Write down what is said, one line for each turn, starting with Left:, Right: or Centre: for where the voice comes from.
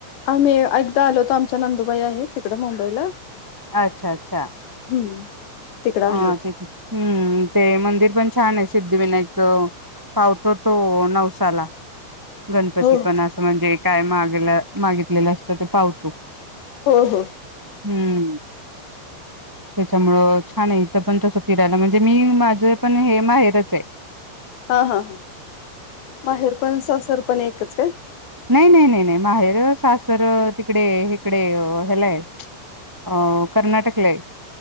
Left: आम्ही एकदा आलो होतो आमच्या नंदुबाई आहे तिकडं मुंबईला
Right: अच्छा अच्छा
Left: हम्म तिकडे आलो
Right: ह
Left: होतो
Right: ते हम्म ते मंदिर पण छान आहे सिद्धिविनायकचं पावतो तो नवसाला गणपती
Left: हो
Right: पण असं म्हणजे काय मागेलं.. मागितलेलं असत ते पावतो.
Left: हो हो
Right: हम्म त्याच्यामुळं छान आहे इथं पण तसं फिरायला म्हणजे मी माझं पण हे माहेरच आहे. ह
Left: हा हा हा माहेर पण सासर पण एकच काय?
Right: नाही नाही नाही नाही माहेर सासर तिकडे इकडे ह्यालाय. अ कर्नाटकला आहे.